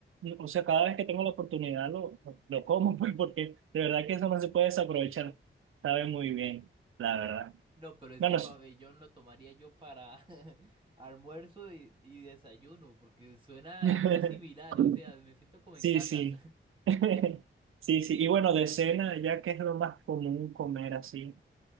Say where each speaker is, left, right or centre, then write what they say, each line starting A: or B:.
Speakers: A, on the right (about 75°); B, on the right (about 25°).
A: o sea, cada vez que tengo la oportunidad lo, lo como, <laughs> pues, porque de verdad que eso no se puede desaprovechar. Sabe muy bien, la verdad.
B: no, pero ese
A: No, no
B: pabellón
A: sé.
B: lo tomaría yo para <laughs> almuerzo y, y desayuno, porque suena
A: <laughs>
B: eh, muy similar, o sea, me siento como
A: Sí,
B: en casa.
A: sí. <laughs> Sí, sí. Y bueno, de cena, ya que es lo más común comer así.